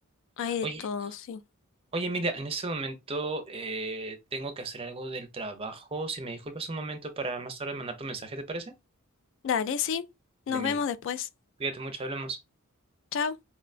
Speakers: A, on the left (about 55°); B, on the right (about 25°).
A: hay
B: Oye,
A: de todo, sí.
B: Oye, Emilia, en este momento eh, tengo que hacer algo del trabajo. Si me disculpas un momento para más tarde mandar tu mensaje, ¿te parece?
A: Dale, sí. Nos
B: Dale, Emilia,
A: vemos después.
B: cuídate mucho, hablamos.
A: Chao.